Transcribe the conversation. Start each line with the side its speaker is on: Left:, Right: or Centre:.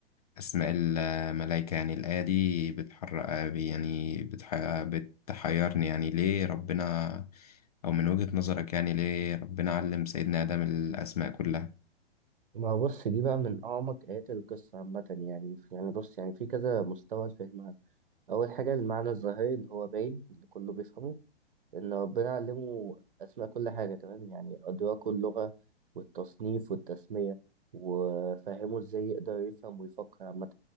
Left: أسماء الملائكة يعني الآية دي بتحرق آه، يعني بتح- بتحيرني يعني ليه ربنا أو من وجهة نظرك يعني ليه ربنا علم سيدنا آدم الأسماء كلها
Right: ما هو بص دي بقى من أعمق آيات القصة عامة يعني يعني بص يعني في كذا مستوى لفهمها أول حاجة المعنى الظاهري اللي هو باين اللي كله بيفهمه إن ربنا علمه أسماء كل حاجة تمام يعني أدراكه اللغة والتصنيف والتسمية وفهمه إزاي يقدر يفهم ويفكر عامة